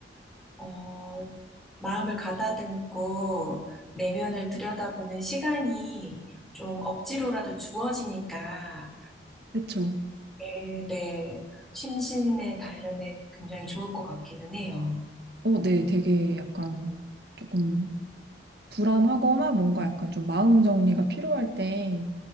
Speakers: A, in the centre; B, on the right.
A: 어, 마음을 가다듬고 내면을 들여다보는 시간이 좀 억지로라도 주어지니까,
B: 그쵸.
A: 네, 네. 심신의 단련에 굉장히 좋을 것 같기는 해요.
B: 어, 네, 되게 약간 조금 불안하거나 뭔가 약간 좀 마음 정리가 필요할 때